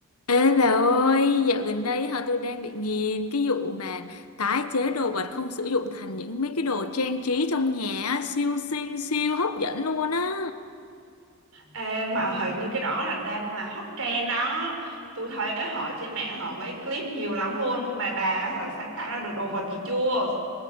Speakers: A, on the left; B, on the right.
A: Ê bà ơi, dạo gần đây hả tôi đang bị nghiền cái vụ mà tái chế đồ vật không sử dụng thành những mấy cái đồ trang trí trong nhà á, siêu xinh siêu hấp dẫn luôn á.
B: Ê, mà hình như cái đó là đang là hot trend đó tôi thấy họ trên mạng họ mấy clip nhiều lắm luôn mà bà họ sáng tạo ra được đồ vật gì chưa